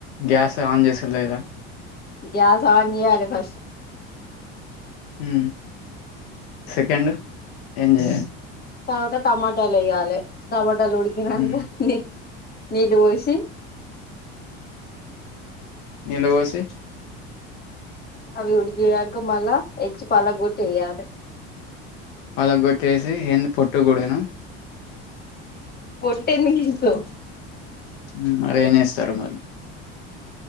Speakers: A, on the left; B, on the left.
A: గ్యాస్ ఆన్ చేసుడు లేదా?
B: గ్యాస్ ఆన్ చేయాలి ఫస్ట్
A: హ్మ్ సెకండ్ ఏం చెయాలి
B: తర్వాత టమాటాలు వేయాలే టమాటాలు ఉడికినాక
A: మ్
B: నీ నీళ్ళు పోసి
A: నీళ్ల పోసి
B: అవి ఉడికియాక మళ్ళా ఎగ్స్ పలగ కొట్టి వేయాలి
A: పలగకొట్టేసి ఎన్ని పొట్టు కూడాను
B: పొట్టు ఎందుకు ఏశావు
A: హ్మ్ ఏం ఏస్తారు మరి